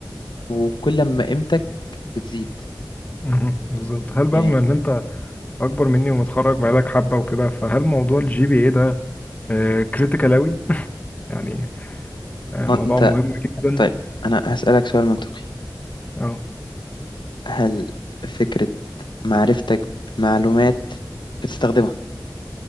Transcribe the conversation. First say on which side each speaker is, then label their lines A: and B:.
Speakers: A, on the left (about 80°); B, on the left (about 20°).
A: وكل ما قيمتك بتزيد
B: مهم. بالظبط هل بقى
A: يعني
B: بما ان انت اكبر مني ومتخرج بقالك حبة وكده فهل موضوع الجي بي اي ده كريتيكال اوي يعني آه،
A: ما
B: موضوع
A: انت
B: مهم جدا
A: طيب انا هسألك سؤال منطقي
B: اه
A: هل فكرة معرفتك بمعلومات بتستخدمها